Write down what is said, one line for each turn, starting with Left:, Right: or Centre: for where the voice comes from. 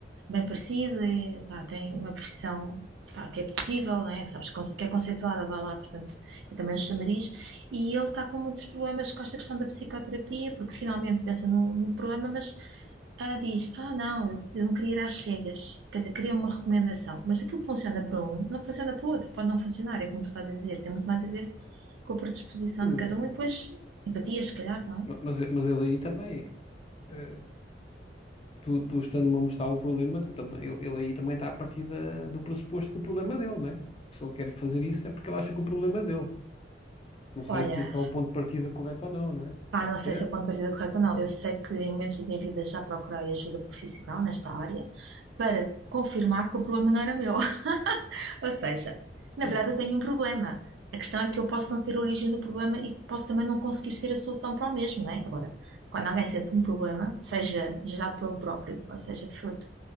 Right: bem parecido, é, pá, tem uma profissão, pá, que é possível né? Sabes, con- que é conceituada, vá lá, portanto, é também um chamariz, e ele está com muitos problemas com esta questão da psicoterapia, porque finalmente pensa no, no problema, mas ah, diz, ah, não, eu, eu não queria ir às cegas, quer dizer, queria uma recomendação, mas aquilo que funciona para um, não funciona para o outro, pode não funcionar, é como tu estás a dizer, tem muito mais a ver com a predisposição
Left: Sim,
Right: de
Left: mas,
Right: cada um e depois Empatia, se calhar, não é?
Left: mas, mas ele aí também, eh, tu, tu estando-me a mostrar o problema, tu também, ele, ele aí também está a partir da- do pressuposto que o problema é dele, não é? Se ele quer fazer isso é porque ele acha que o problema é dele. Não sei
Right: Olha,
Left: se esse é o ponto de partida correto ou não, não é?
Right: pá,
Left: Pode
Right: não sei
Left: ser,
Right: se é o ponto de partida correto ou não. Eu sei que em momentos da minha vida já procurei ajuda profissional nesta área para confirmar que o problema não era meu. <laughs> Ou seja, na
Left: pois.
Right: verdade eu tenho um problema. A questão é que eu posso não ser a origem do problema e posso também não conseguir ser a solução para o mesmo, não é? Agora, quando alguém sente um problema, seja gerado pelo próprio, ou seja, fruto